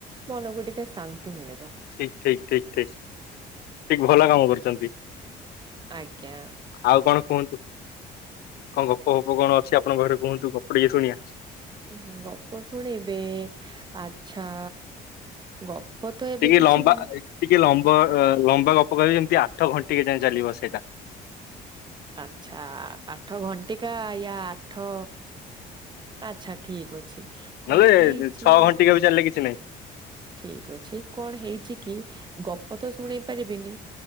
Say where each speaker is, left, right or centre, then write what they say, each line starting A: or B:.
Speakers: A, on the right (about 25°); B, on the left (about 70°).
A: ମନକୁ ଟିକେ ଶାନ୍ତି। ମିଳିବ
B: ଠିକ ଠିକ ଠିକ ଠିକ ଠିକ ଭଲ କାମ କରୁଛନ୍ତି।
A: ଆଜ୍ଞା।
B: ଆଉ କଣ କୁହନ୍ତୁ କଣ ଗପ ଫପ କଣ ଅଛି ଆପଣଙ୍କ ଘରେ କୁହନ୍ତୁ ଗପ ଟିକେ ସୁଣିଆ।
A: ଉଁ ଗପ ଶୁଣିବେ ଆଚ୍ଛା ଗପ ତ ଏବେ
B: ଟିକେ
A: କିଛି
B: ଲମ୍ବା ଏ ଟିକେ ଲମ୍ବା ବ ଅ ଲମ୍ବା ଗପ କରିବେ ଯେମିତି ଆଠ ଘଣ୍ଟିକା ଯାଏ ଚାଲିବ ସେଇଟା।
A: ଆଚ୍ଛା ଆଠ ଘଣ୍ଟିିକା ୟା ଆଠ ଆଚ୍ଛା ଠିକ ଅଛି। କଣ
B: ନେଲେ
A: ହେଇଛି
B: ଛଅ ଘଣ୍ଟିକା ବି ଚାଲିଲେ କିଛି ନାହିଁ।
A: ଠିକ ଅଛି କଣ ହେଇଛି କି ଗପ ତ ଶୁଣେଇ ପାରିବିନି